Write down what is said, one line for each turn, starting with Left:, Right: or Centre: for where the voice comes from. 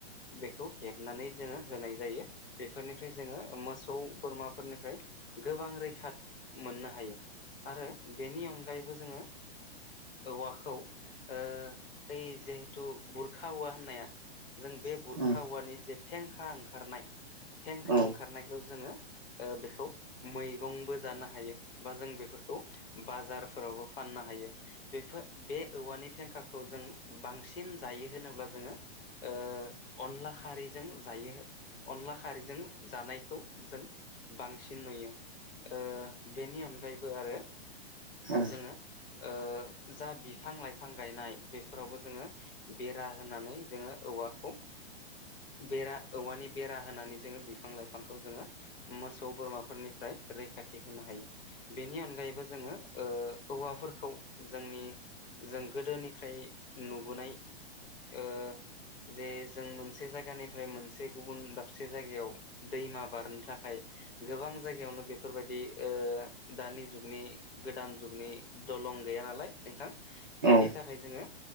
Left: बेखौ हेबनानै जोङो होनाय जायो। बेफोरनिफ्राय जोङो मोसौ बोरमाफोरनिफ्राय गोबां रैखा मोननो हायो आरो बेनि अनगायैबो जोङो औवाखौ ओ <unintelligible> जिहेथु बुरखा औवा होननाया जों बे
Right: उम
Left: बुरखा औवानि जे फेंखा ओंखारनाय फेंखा
Right: औ
Left: ओंखारनायखौ जोङो ओ बेखौ मैगंबो जानो <unintelligible> हायो बा जों बेफोरखौ बाजारफोरावबो फाननो हायो। बेफो बे औवानि फेंखाखौ जों बांसिन जायो होनोब्ला जोङो ओ अनला खारैजों जायो अनला खारैजों जानायखौ जों बांसिन नुयो ओ बेनि अनगायैबो आरो
Right: औ
Left: जोङो ओ जा बिफां- लाइफां गायनाय बेफोरावबो जोङो बेरा होनानै जोङो औवाखौ बेरा औवानि बेरा होनानै जोङो बिफां -लाइफांखौ जोङो मोसौ बोरमाफोरनिफ्राय रैखाथि होनो हायो बेनि अनगायैबो जोङो ओ औवाफोरखौ जोंनि जों गोदोनिफ्राय नुबोनाय ओ जे जों मोनसे जायगानिफ्राय मोनसे गुबुन दाबसे जायगायाव दैमा बारनो थाखाय गोबां जायगायावनो बेफोरबायदि ओ दानि जुगनि गोदान जुगनि दलं गैया नालाय नोंथां। बेनि
Right: औ
Left: थाखाय जोङो